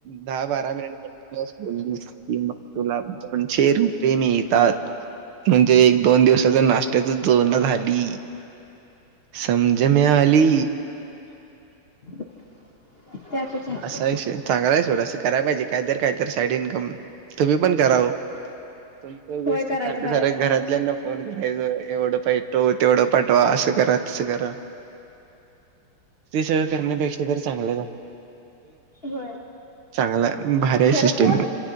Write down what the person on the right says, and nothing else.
दहा बारा मिनिट बोललास की मग तुला दोनशे रुपये मिळतात. म्हणजे एक दोन दिवसाच नाश्त्याच जोळणा झाली. समजेमे आली
असा विषय चांगलंय सोडा कराय पाइजे कायतर कायत साईड इन्कम तुम्ही पण करावं ओ. तुमच्या गोष्टी
सारक्या
सारकं घरातल्याना फोन करायचं यवडं पइतो तेवडं पाटवा असं करात करा ते सगळं करण्यापेक्षा तरी चांगलय
चांगला भारी आहे
सिस्टीम.